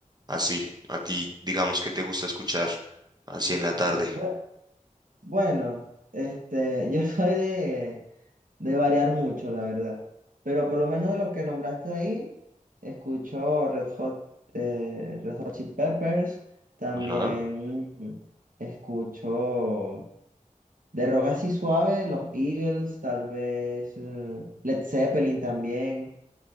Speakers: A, on the right; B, on the right.
A: así. A ti, digamos que te gusta escuchar así
B: Ok,
A: en la tarde.
B: bue- Bueno, este, <laughs> yo soy de, de variar mucho, la verdad. Pero por lo menos de los que nombraste ahí, escucho Red Hot, eh, Red Hot Chili Peppers, también
A: Ajá.
B: escucho de rock así suave, los Eagles, tal vez eh, Led Zeppelin también.